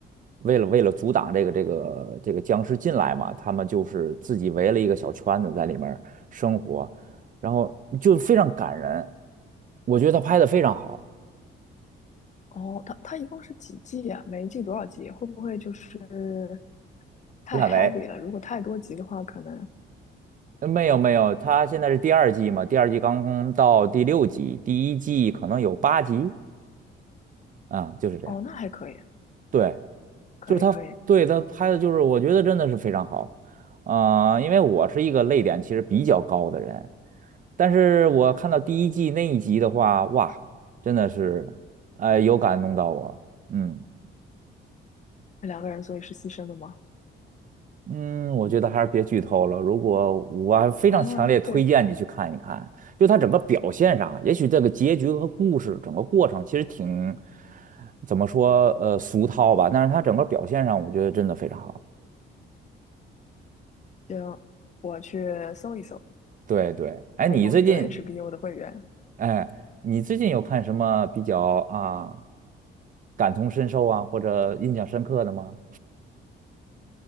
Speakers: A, on the right; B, on the left.
A: 为了为了阻挡这个这个这个僵尸进来嘛，他们就是自己围了一个小圈子在里面儿生活，然后就非常感人，我觉得他拍的非常好，
B: 哦，它它一共是几季啊？每一季多少集？会不会就是太
A: 烂尾。
B: heavy 了？如果太多集的话，可能
A: 呃没有没有，他现在是第二季嘛，第二季刚到第六集，第一季可能有八集，啊，就是这样。
B: 哦，那还可以，
A: 对，
B: 可以可以。
A: 就是他，对，他拍的就是，我觉得真的是非常好。啊、因为我是一个泪点其实比较高的人，但是我看到第一季那一集的话，哇，真的是，呃，有感动到我。嗯
B: 那两个人所以是牺牲的吗？
A: 嗯，我觉得还是别剧透了。如果我还非常强烈推荐你去看一看，
B: <laughs> 啊，对，
A: 就他整个表现上，也许这个结局和故事整个过程其实挺，怎么说，呃，俗套吧，但是他整个表现上，我觉得真的非常好。
B: 行，我去搜一搜，
A: 对对，哎，
B: 开通一个
A: 你最近，
B: HBO 的会员。
A: 哎，你最近有看什么比较啊感同身受啊，或者印象深刻的吗？